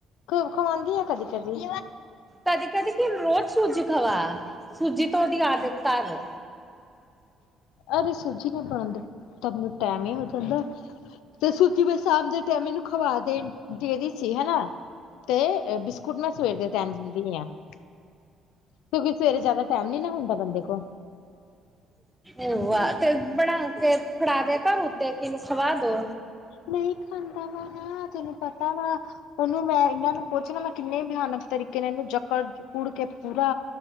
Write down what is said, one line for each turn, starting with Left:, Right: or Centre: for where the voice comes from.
Left: ਖ ਖਵਾਂਦੀ ਆ ਕਦੀ ਕਦੀ,
Centre: ਕਦੀ ਕਦੀ ਕਿ ਰੋਜ਼ ਸੂਜੀ ਖਵਾ, ਸੂਜੀ ਤਾਂ ਉਹਦੀ ਆਦਤ ਤਰ
Left: ਅਰੇ ਸੂਜੀ ਨਾ ਬਣਾਦੇ, ਤਾਂ ਮੈਨੂੰ ਟੈਮ ਨੀ ਲੱਗਣ ਡਿਆ। ਤੇ ਸੂਜੀ ਬਸ ਸ਼ਾਮ ਦੇ ਟਾਈਮ ਇਹਨੂੰ ਖਵਾ ਦੇਣ, ਦੇਣੀ ਸੀ ਹਨਾ ਤੇ ਬਿਸ ਕੁੱਟ ਨਾ ਸਵੇਰ ਦੇ ਟਾਈਮ ਦਿੰਦੀ ਆ, ਕਿਉਂਕਿ ਸਵੇਰੇ ਜ਼ਿਆਦਾ ਟਾਈਮ ਨੀ ਨਾ ਹੁੰਦਾ ਬੰਦੇ ਕੋਲ
Centre: ਏ ਵਾ ਤੇ ਬਣਾ ਕੇ ਫੜਾ ਦਿਆ ਕਰ ਉੱਤੇ ਕੀ ਨੂੰ ਖਵਾ ਦੋ।
Left: ਨਈ ਖਾਂਦਾ ਵਾ ਨਾ ਤੈਨੂੰ ਪਤਾ ਵਾ। ਉਹਨੂੰ ਮੈਂ ਇਹਨਾਂ ਨੂੰ ਪੁੱਛਣਾ ਮੈਂ ਕਿੰਨੇ ਬਿਆਨਕ ਤਰੀਕੇ ਕੇ ਇਹਨੂੰ ਜੱਕੜ ਜੁਕੜ ਕੇ ਪੂਰਾ,